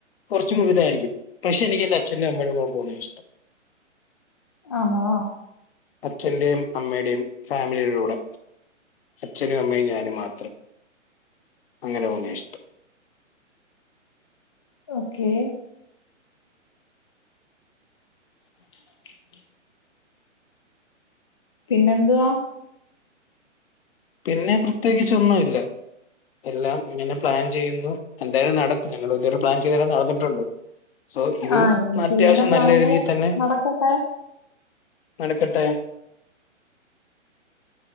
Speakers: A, on the left; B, on the left.
A: കുറച്ച മുഴുതായിരിക്കും പക്ഷെ എനിക്ക് എന്റെ അച്ഛനും അമ്മയും കൂടെ പോന്ന ഇഷ്ടം
B: ആണോ
A: അച്ഛന്റെയും അമ്മയുടെയും ഫാമിലിലൂടെ അച്ഛനും അമ്മയും ഞാനും മാത്രം അങ്ങനെ പോന്നേ ഇഷ്ടം.
B: ഓക്കെ. <unintelligible> പിന്നെന്തുവാ?
A: പിന്നെ പ്രത്യേകിച്ചൊന്നും ഇല്ല. എല്ലാം ഇങ്ങനെ പ്ലാൻ ചെയ്യുന്നു എന്തായാലും നടക്കും ഞങ്ങ ഇതുവരു പ്ലാൻ ചെയ്ത നടന്നിട്ടുണ്ട്. സോ ഇതും
B: ആഹ് ഇനി
A: അത്യാവശ്യം
B: ചെയ്യുന്ന പ്ലാനുകള്
A: നല്ല രീതിയിൽ തന്നെ-
B: നടക്കട്ടെ
A: നടക്കട്ടെ.